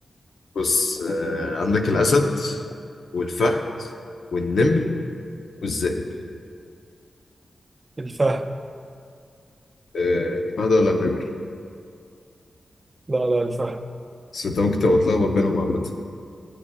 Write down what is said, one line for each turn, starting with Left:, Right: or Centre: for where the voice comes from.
Left: بص آه عندك الأسد والفهد والنمر والذئب
Right: الفهد
Left: آه، الحمادة ولا النمر
Right: لا لا الفهد
Left: بس انت ممكن تبقى متلخبط بينهم عامة